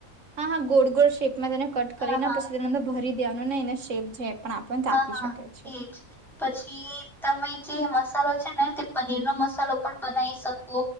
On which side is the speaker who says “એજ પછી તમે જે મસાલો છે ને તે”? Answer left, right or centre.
Centre